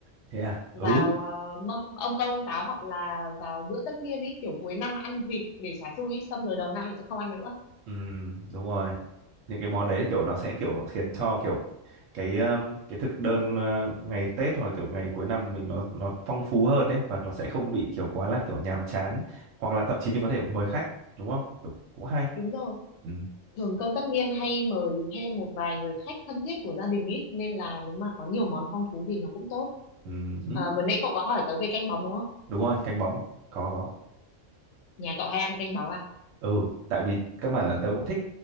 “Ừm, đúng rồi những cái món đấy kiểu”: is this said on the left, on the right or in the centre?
Right